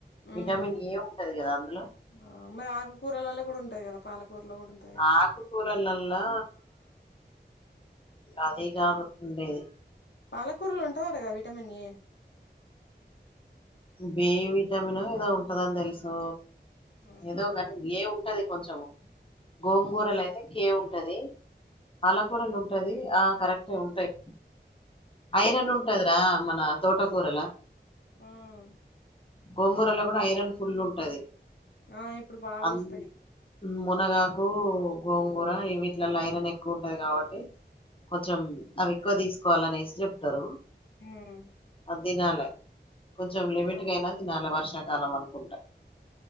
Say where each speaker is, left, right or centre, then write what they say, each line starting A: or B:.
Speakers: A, on the left; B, on the left.
A: ఉమ్
B: విటమిన్ ఏ ఉంటది కదా అందులో
A: ఆ మరీ ఆగకూరలో కూడాంటాయి కదా పాలకూరులో కూడా ఉంటాయి
B: ఆకుకూరలలా అది కాదు ఉండేది
A: పాలకూరలు ఉంటా యండగా విటమిన్ ఏ
B: బి విటమినొ ఏదో ఉంటదని తెలుసు
A: ఉమ్,
B: ఏదో కాని ఏ ఉంటది కొంచెము గోంగూరలు
A: ఉమ్,
B: అయితే కే ఉంటది పాలకూరలు ఉంటది ఆ కరెక్టే ఉంటు తయ్ ఐరన్ ఉంటదిరా మన తోటకూరలా
A: ఉమ్
B: గోంగూరలో కూడా ఐరన్ ఫుల్లు ఉంటది
A: ఆ ఇప్పుడు బాగా
B: అన్
A: వస్తాయి
B: మునగాకు గోంగూర వీటిలలో ఐరన్ ఎక్కువ ఉంటది కాబట్టి కొంచెం అవి ఎక్కువ తీసుకోవాలనేసి చెప్తారు
A: హుమ్
B: అదినాలే కొంచెం లిమిట్గా
A: అవును.
B: అయినా దినాలే వర్షాకాలం అనుకుంటా